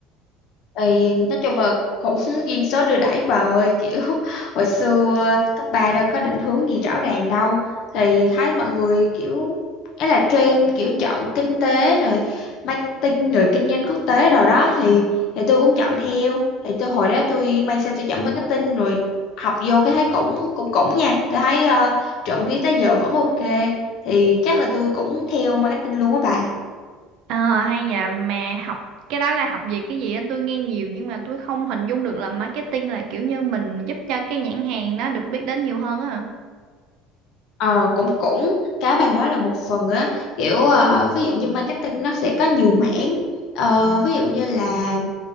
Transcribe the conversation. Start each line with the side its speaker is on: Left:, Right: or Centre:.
Left: thì nói chung là cũng <laughs> duyên số đưa đẩy bà ơi kiểu <laughs> hồi xưa cấp 3 đâu có định hướng gì rõ ràng đâu thì thấy mọi người kiểu ấy là trend kiểu chọn kinh tế rồi marketing rồi kinh doanh quốc tế đồ đó thì thì tôi cũng chọn theo thì tôi hồi đó tôi may sao tôi chọn marketing rồi học vô cái thấy cũng cũng cũng nha tôi thấy uh, trộm vía tới giờ vẫn ok thì chắc là tôi cũng theo marketing luôn á bà
Right: Ờ hay nhờ mà học cái đó là học về cái gì á tôi nghe nhiều nhưng mà tôi không hình dung được là marketing là kiểu như mình giúp cho cái nhãn hàng nó được biết đến nhiều hơn á hả?
Left: Ờ cũng cũng cái bà nói là một phần á kiểu ờ, ví dụ như marketing nó sẽ có nhiều mảng Ờ, ví dụ như là